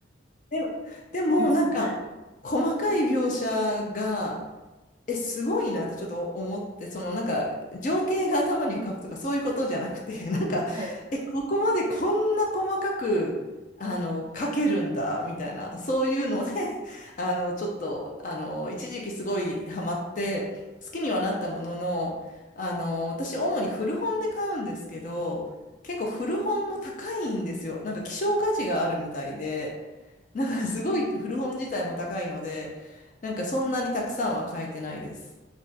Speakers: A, on the left (about 40°); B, on the right (about 25°).
A: で、でもなんか
B: <laughs> 別か
A: 細かい描写がえ、すごいなってちょっと思って、そのなんか情景が頭に浮かぶとかそういうことじゃなくて、<laughs> なんか、
B: はい
A: え、ここまでこんな細かく、あの、書けるんだ、みたいな、そういうので、<laughs> あの、ちょっと、あの、一時期すごいハマって、好きにはなったものの、あの、私主に古本で買うんですけど、結構古本も高いんですよ。なんか希少価値があるみたいで、<laughs> なんかすごい古本自体も高いので、なんかそんなにたくさんは買えてないです。